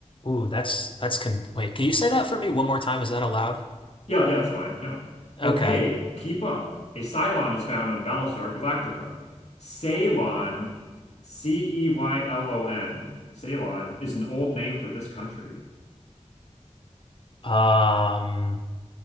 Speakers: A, on the left; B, on the left.
A: Ooh, that's that's con wait, can you say that for me one more time? Is that allowed?
B: Yeah, yeah, that's fine. Yeah.
A: Okay.
B: Okay, keep up. A Cylon is found on Battlestar Galactica. Ceylon, C-E-Y-L-O-N. Ceylon is an old name for this country.
A: Um,